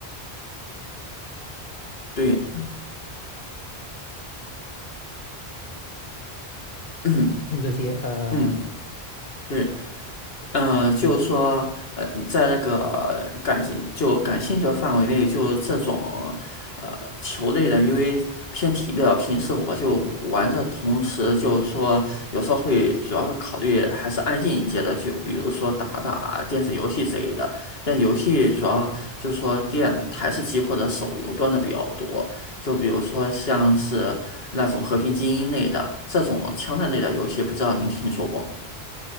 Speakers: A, on the left; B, on the left.
A: 对，<clears throat> 嗯
B: 做这些呃
A: 嗯，对。嗯，就是说，呃，在那个感兴就感兴趣的范围内，就这种呃球类的，因为偏体力的，平时我就玩的同时，就是说有时候会主要考虑还是安静一些的，就比如说打打电子游戏之类的。但游戏主要就是说电台式机或者手游端的比较多，就比如说像是那种《和平精英》类的这种枪战类的游戏，不知道您听说过吗？